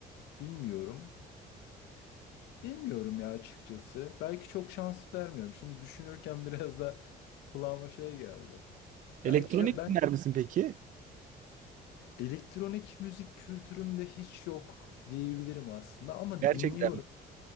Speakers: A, on the left (about 80°); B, on the right (about 50°).
A: bilmiyorum. Bilmiyorum ya açıkçası. Belki çok şans vermiyorum. Şimdi düşünürken <laughs> biraz da kulağıma şey geldi.
B: Elektronik
A: Belki şey- ben
B: dinler misin peki?
A: elektronik müzik kültürümde hiç yok diyebilirim aslında ama
B: Gerçekten
A: dinliyorum.